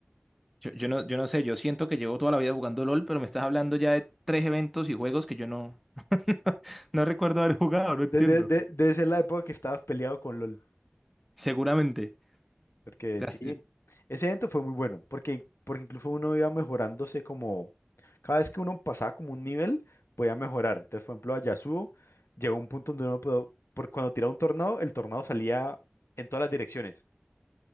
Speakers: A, in the centre; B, on the left.
A: Yo, yo no, yo no sé, yo siento que llevo toda la vida jugando LOL, pero me estás hablando ya de tres eventos y juegos que yo no, <laughs> no recuerdo haber jugado, no
B: De-
A: entiendo.
B: de- de- debe ser la época que estabas peleado con LOL.
A: Seguramente.
B: Porque
A: Las-
B: sí, ese evento fue muy bueno. Porque, porque incluso uno iba mejorándose como. Cada vez que uno pasaba como un nivel, podía mejorar. Entonces, por ejemplo, a Yasuo llegó un punto donde uno pudo. Por, cuando tiraba un tornado, el tornado salía en todas las direcciones.